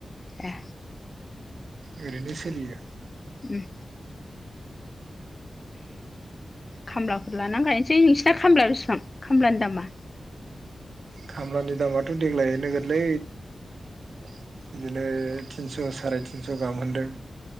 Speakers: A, on the left; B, on the right.
A: ए।
B: ओरैनो सोलियो।
A: उम। खामलाफोर लाना गायनोसै नोंसिना खामला बेसेबां खामलानि दामा?
B: खामलानि दामाथ देग्लाय नोगोदलै। बिदिनो थिनस‌' साराय तिनस गाहाम होनदों।